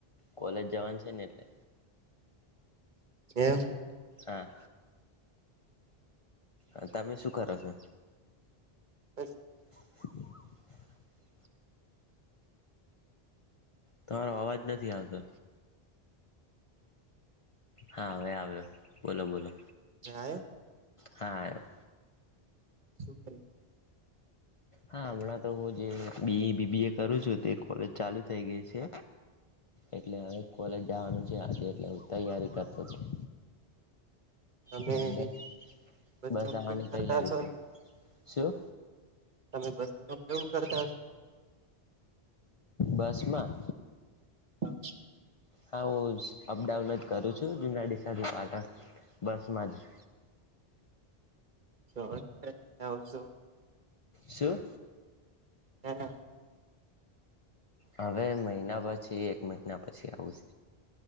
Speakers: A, on the left (about 45°); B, on the right (about 50°).
A: કોલેજ જવાનું છે ને એટલે.
B: કેમ
A: હા. અ તમે શું કરો છો?
B: અચ
A: <inaudible> તમારો અવાજ નથી આવતો. હા, હવે આવ્યો. બોલો, બોલો.
B: આવ્યો
A: હા આયો.
B: શું કરી <inaudible>
A: હા, હમણાં તો હું જે બી બી બી એ કરું છું, તે કોલેજ ચાલુ થઈ ગઈ છે. એટલે હવે કોલેજ જાવાનું છે આજે, એટલે હું તૈયારી કરતો છું.
B: તમે
A: હવે,
B: બસ
A: બટ બસ
B: નો ઉપયોગ
A: આવાની
B: કરતા
A: તૈયારી
B: હશો
A: છે.
B: ને
A: શું?
B: તમે બસમા અપડાઉન કરતા
A: બસમાં
B: અચ્છ
A: હાઉસ અપડાઉન જ કરું છું જૂનાડી <unintelligible> બસમાં જ
B: સવારે <unintelligible> આવશો
A: શું
B: ક્યારે આવ
A: હવે, મહિના પછી એક મહિના પછી આવું જ.